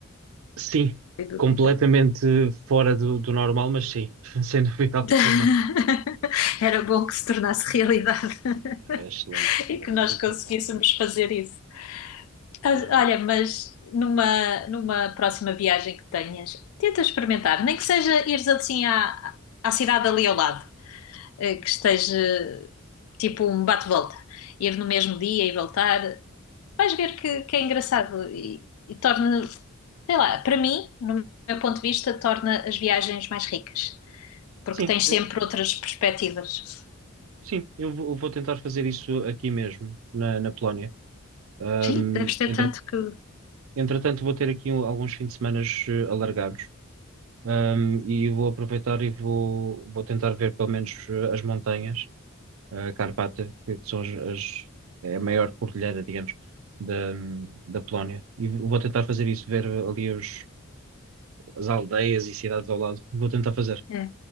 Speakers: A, on the right; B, on the left.
A: Sim,
B: Sem dúvida.
A: completamente fora do, do normal, mas sim, <laughs> sem dúvida alguma.
B: <laughs> Era bom que se tornasse realidade
A: Ah, Era excelente,
B: <laughs> e
A: era
B: que nós
A: muito,
B: conseguíssemos
A: muito bom.
B: fazer isso. As-
A: Era muito
B: Olha,
A: bom.
B: mas numa, numa próxima viagem que tenhas, tenta experimentar, nem que seja ires assim à, à cidade ali ao lado, eh, que esteja tipo um bate-volta, ir no mesmo dia e voltar, vais ver que, que é engraçado e, e torna, sei lá, para mim, no meu ponto de vista, torna as viagens mais ricas, porque
A: Sim,
B: tens
A: eu,
B: sempre outras perspectivas.
A: sim, eu vou, eu vou tentar fazer isso aqui mesmo, na, na Polónia. Ahm,
B: Sim, deves ter
A: entre-
B: tanto que. Uhum.
A: entretanto, vou ter aqui um- alguns fins de semana alargados. Um, e vou aproveitar e vou, vou tentar ver pelo menos eh, as montanhas, a Carpata, que, que são as, as- é a maior cordilheira, digamos, da, da Polónia. E vou tentar fazer isso, ver ali os, as aldeias e cidades ao lado. Vou tentar fazer.
B: É,